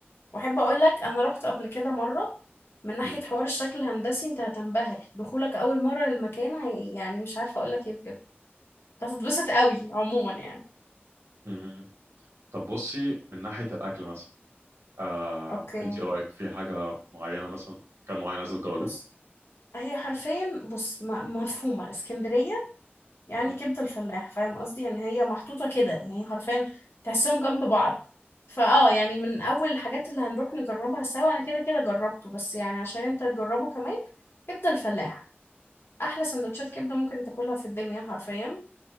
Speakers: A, on the left; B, on the right.
A: واحب اقول لك انا رحت قبل كده مرة من ناحية
B: مم،
A: حوار الشكل الهندسي انت هتنبهر دخولك اول مرة للمكان هي- يعني مش عارفة اقول لك ايه بجد هتتبسط قوي عموما يعني
B: مم. طب بصي من ناحيه الاكل مثلا آه،
A: اوكي
B: انت ايه رايك في حاجه معينه مثلا كان معين عايزه تجربيه
A: بص هي حرفيا بص م- مفهومة اسكندرية يعني
B: مم.
A: كبدة الفلاح فاهم قصدي يعني هي محطوطة كده يعني حرفيا تحسهم جنب بعض فاه يعني من أول الحاجات اللي هنروح نجربها سوا أنا كده كده جربته بس يعني عشان انت تجربه كمان كبدة الفلاح أحلى سندوتشات كبدة ممكن تاكلها في الدنيا حرفيا